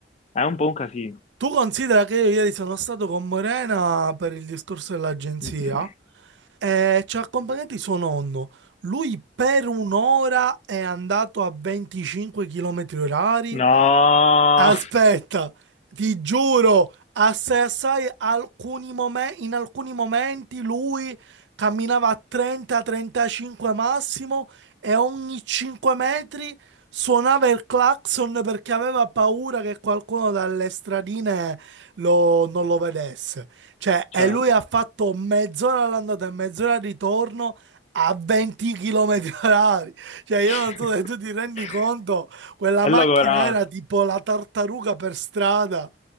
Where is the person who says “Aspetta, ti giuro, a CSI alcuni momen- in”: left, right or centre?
Right